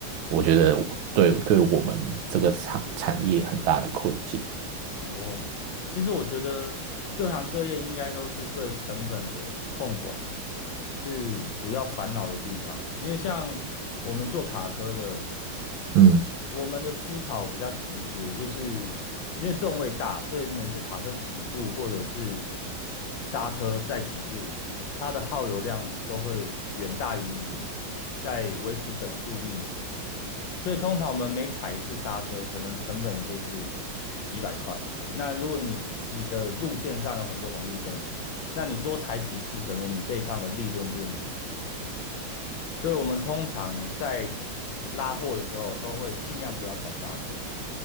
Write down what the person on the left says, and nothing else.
哦，其实我觉得各行各业应该都是对成本的控管是主要烦恼的地方啦。因为像我们做卡车的，
我们的思考比较直接，就是因为吨位大，所以每次卡车起步或者是刹车再起步，它的耗油量都会远大于你在维持等速运行。所以通常我们每踩一次刹车，可能成本就是几百块。那如果你你的路线上有很多红绿灯，那你多踩几次，可能你这一趟的利润就没了。所以我们通常在拉货的时候，都会尽量不要踩刹车。